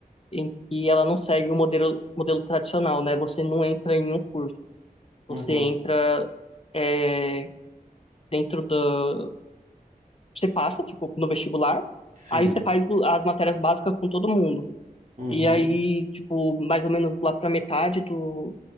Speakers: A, on the left; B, on the right.
A: em que ela não segue o modelo, modelo tradicional, né? Você não entra em um curso, você
B: Uhum.
A: entra é, dentro da você passa, tipo, no vestibular,
B: Sim.
A: aí você faz o- as matérias básicas com todo mundo.
B: Uhum.
A: E aí, tipo, mais ou menos lá pra metade do,